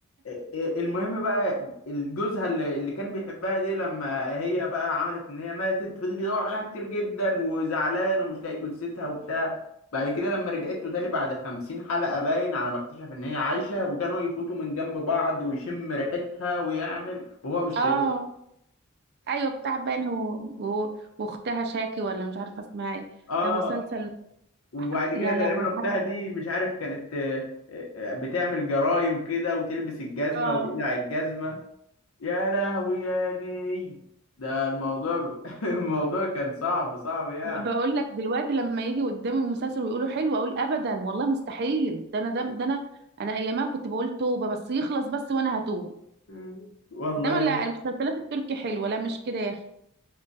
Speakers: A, on the left; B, on the right.
A: إيه- إيه، المهم بقى الجوزها اللي اللي كان بيحبها دي لما هي بقى عملت ان هي ماتت فضل يدور عليها كتير جدا وزعلان ومش لاقي جثتها وبتاع بعد كده لما رجعت له تاني بعد خمسين حلقة باين على ما اكتشف ان هي عايشة وكانوا يفوتوا من جنب بعض ويشم ريحتها ويعمل وهو مش
B: اه
A: شايف
B: ايوه بتاع باني و... و... واختها شاكي ولا مش عارفه اسمها ايه
A: اه
B: ده مسلسل
A: وبعد
B: ح- يا
A: كده تقريبا
B: لهوي
A: اختها
B: حرق
A: دي مش عارف كانت آه، آه، بتعمل جرايم كده وتلبس الجزمه
B: اه
A: وتقلع الجزمه يا لهوي يا ني ده الموضوع <laughs> الموضوع كان صعب صعب يعني
B: بقول لك دلوقتي لما يجي قدامي المسلسل ويقولوا حلو اقول ابدا والله مستحيل ده انا ده, ده انا انا ايامها كنت بقول توبه بس يخلص بس وانا هتوب
A: مم. والله
B: انما لا المسلسلات التركي حلوه لا مش كده يا اخي